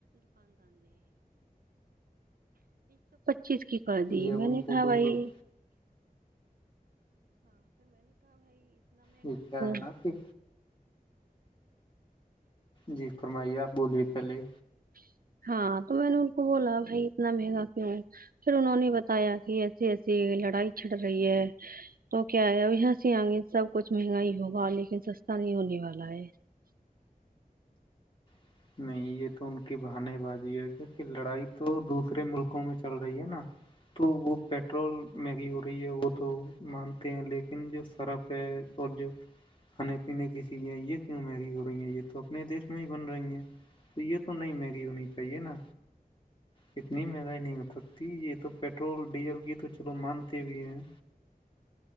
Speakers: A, on the right; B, on the left.
A: چچکی کر دی
B: جی اب
A: میں
B: ان
A: نے
B: کو
A: کھا
B: کوئی
A: بائی
B: روک یہ کیا ہے نا
A: <inaudible> <unintelligible>
B: کہ جی فرمائیے آپ بولیے پہلے
A: ہا
B: نہیں تو یہ تو نہیں مہنگی ہونی چاہیے نا اتنی مما مہنگائی نہیں ہو سکتی یہ تو پیٹرول ڈیزل کی تو چلو مانتے بھی ہیں